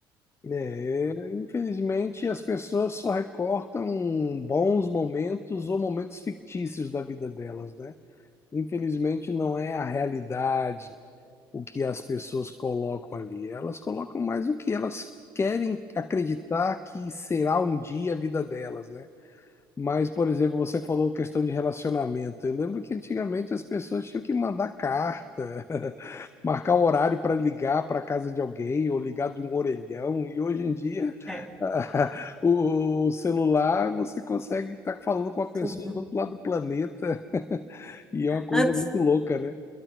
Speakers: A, on the left; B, in the centre.
A: É, infelizmente, as pessoas só recortam bons momentos ou momentos fictícios da vida delas, né? Infelizmente, não é a realidade o que as pessoas colocam ali. Elas colocam mais o que elas querem acreditar que será um dia a vida delas, né? Mas, por exemplo, você falou questão de relacionamento. Eu lembro que antigamente as pessoas tinham que mandar carta, <laughs> marcar o horário para ligar para a casa de alguém ou ligar de um orelhão. E hoje em dia,
B: É,
A: <laughs> o celular, você consegue estar falando com a pessoa
B: tudo.
A: do outro lado do planeta. <laughs> E é uma coisa
B: Antes,
A: muito louca, né?